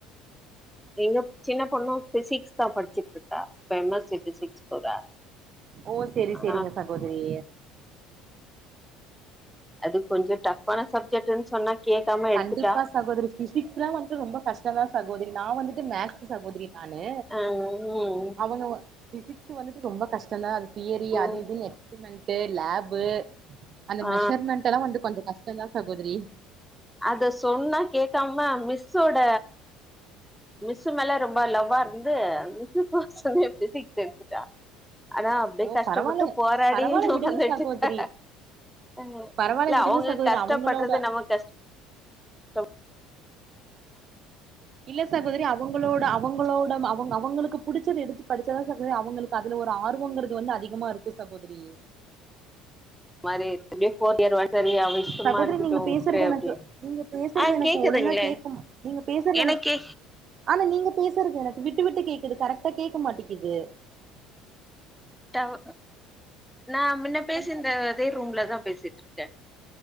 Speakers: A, in the centre; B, on the right.
A: எங்க சின்ன பொண்ணு ஃபிசிக்ஸ் தா படிச்சிட்ருக்கா இப்ப எம் எஸ் சி ஃபிசிக்ஸ் போறா
B: ஓ சேரி
A: ஆ
B: சேரிங்க சகோதரி
A: அது கொஞ்சோ டஃப்ஃபான சப்ஜெக்ட்டுனு சொன்னா கேக்காம
B: கண்டிப்பா
A: எடுத்துட்டா
B: சகோதரி ஃபிசிக்ஸ்லா வந்து ரொம்ப கஷ்டந்தா சகோதரி நா வந்துட்டு மேக்ஸு சகோதரி நானு
A: ஆ ம்
B: அவுங்க ஃபிசிக்ஸு வந்துட்டு ரொம்ப கஷ்டந்தா அது தியரி
A: ம்
B: அது இதுனு எக்ஸ்பிரிமெண்ட் ட்டு லாபு அந்த
A: ஆ
B: மெஷர்மெண்டெல்லா வந்து கொஞ்ச கஷ் டந்தா சகோதரி
A: அத சொன்னா கேக்காம மிஸ்ஸோட மிஸ்ஸு மேல ரொம்ப லவ்வா இருந்து ஃபிசிக்ஸ் மிஸ் சொல்லி ஃபிசிக்ஸ் எடுத்துட்டா ஆனா அப்டி
B: ஓ
A: கஷ்டப்பட்டு
B: பரவால்ல
A: போராடி
B: பரவால்ல
A: ட்ரை
B: விடுங்க
A: பண்ணிட்ருக்கா
B: சகோதரி
A: அவ்ங்க
B: பரவால்ல
A: இல்ல
B: விடுங்க
A: அவ்ங்க
B: சகோதரி
A: கஷ்டப்பட்றது
B: அவங்களோட
A: நம்ம கஷ்ட தொல்
B: இல்ல சகோதரி அவுங் அவுங்களோட அவங்களோட அவுங் அவுங்களுக்கு புடிச்சது எடுத்து படிச்சாதா சகோதரி அவங்களுக்கு அதுல ஒரு ஆர்வோங்கிற து வந்து அதிகமா இருக்கு சகோதரி
A: மாரி இருக்கு அப்டியே ஃபோர் இயர் சரி அவ இஷ்டமா
B: சகோதரி
A: இருக்கட்டு
B: நீங்க
A: விட்ரு
B: பேசுறது எனக்கு
A: அப்டின்னு
B: நீங்க பேசுறது
A: ஆ
B: எனக்கு
A: கேக்குதுங்களே
B: ஒழுங்கா கே்க நீங்க பேசுறது
A: எனக்கே
B: எனக்கு ஆனா நீங்க பேசுறது எனக்கு விட்டு விட்டு கேக்குது கரெக்டா கேட்க மாட்டீகுது
A: டவ் நா மின்ன பேசிந்த
B: கொஞ்ச
A: அதே ரூம்லதா பேசி இருக்க